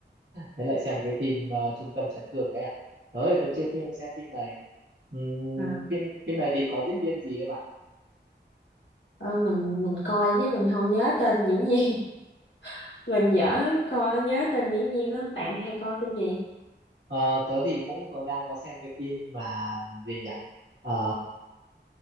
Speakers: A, on the right; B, on the left.
A: thế lại xem một cái phim ờ, Trung tâm chấn thương đấy à tới tớ chưa phim xem phim này Ừm,
B: Ờ,
A: phim phim này thì có diễn viên gì đấy bạn
B: ờ, mình mình coi chứ mình không nhớ tên diễn viên. <laughs> Mình dở coi nhớ tên diễn viên lắm. Bạn hay coi phim gì?
A: Ờ, tớ thì cũng có, đang có xem cái phim mà gì nhỉ? Ờ,